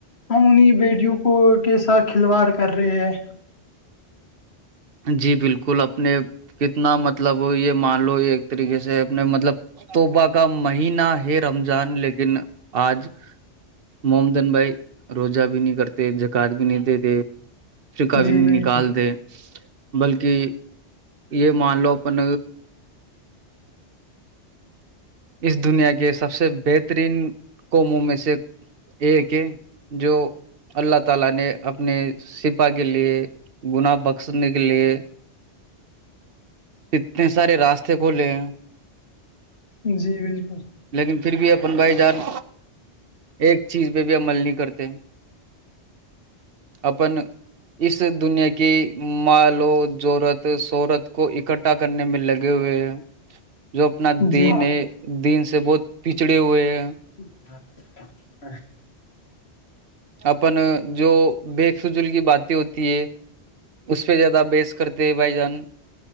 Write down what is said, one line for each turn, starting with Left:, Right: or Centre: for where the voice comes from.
Left: ہم انہیں بیٹیوں کو کے ساتھ کھلواڑ کر رہے ہیں
Right: جی بالکل اپنے کتنا مطلب یہ مان لو یہ ایک طریقے سے اپنے مطلب توبہ کا مہینہ ہے رمضان لیکن آج محمدن بھائی روزہ بھی نہیں کرتے زاقات بھی نہیں دیتے ف کا بھی
Left: جی
Right: نہیں
Left: بالکل
Right: نکال د بلکہ یہ مان لو اپن اس دنیا کے سب سے بہترین قوموں میں سے ایک ہے جو اللہ تعالی نے اپنے سپہ کے لیے گناہ نکلیے اتنے سارے راستے کھولے
Left: جی بالکل
Right: لیکن پھر بھی اپن بھائی جان ایک چیز پہ بھی عمل نہیں کرتے اپن اسے دنیا کی مالو زورت شہورت کو اکٹھا اھا کرنے میں لگے ہوئے ہیں جو اپنا دین
Left: جی
Right: دین سے بہت پچھڑے ہوئے ہیں
Left: <inaudible>
Right: اپن جو بے فوضول کی باتیں ہوتی ہے اس پہ زیادہ بیحس کرتے بھائی جان